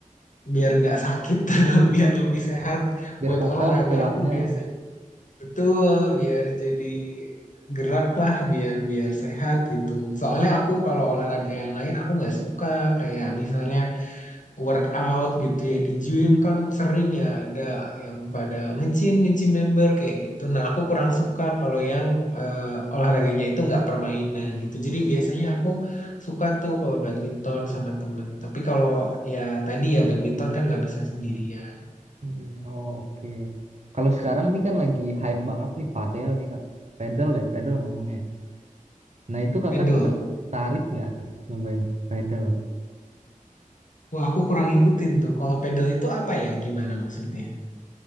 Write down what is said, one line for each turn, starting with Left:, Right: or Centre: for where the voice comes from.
Left: biar nggak sakit, <laughs> biar lebih sehat.
Right: Biar
Left: Buat
Right: kokoh
Left: olahraga
Right: tulangnya.
Left: aku biasanya betul, biar jadi gerak lah, biar biar sehat gitu. Soalnya aku kalau olahraga yang lain aku nggak suka, kayak misalnya workout gitu ya di gym kan sering ya ada yang pada nge-gym nge-gym member kayak gitu. Nah aku kurang suka kalau yang eh, olahraganya itu nggak permainan gitu. Jadi biasanya aku suka tuh kalau badminton sama temen. Tapi kalau ya tadi ya badminton kan nggak bisa sendirian.
Right: Mm-mm. Oh oke. Kalau sekarang nih kan lagi hype banget nih padel nih kak. Padel ya, padel ngomongnya. Nah itu kakak
Left: Pedal.
Right: tertarik nggak tuh nyobain padel?
Left: Wah, aku kurang ngikutin tuh. Kalau pedal itu apa ya? Gimana maksudnya?